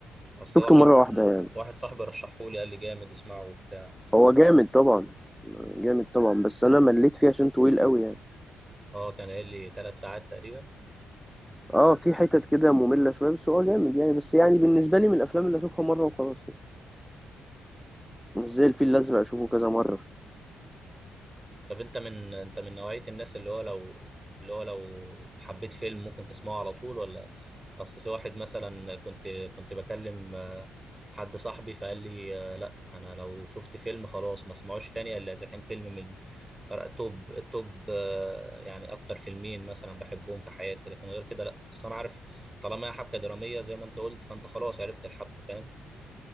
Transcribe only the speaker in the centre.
شفته
مرة واحدة يعني
هو جامد طبعا جامد طبعا بس أنا مليت فيه عشان طويل قوي يعني
اه في حتت كده مملة شوية بس هو جامد يعني بس يعني بالنسبة لي من الأفلام اللي أشوفها مرة وخلاص يعني مش زي الفيل الأزرق أشوفه كذا مرة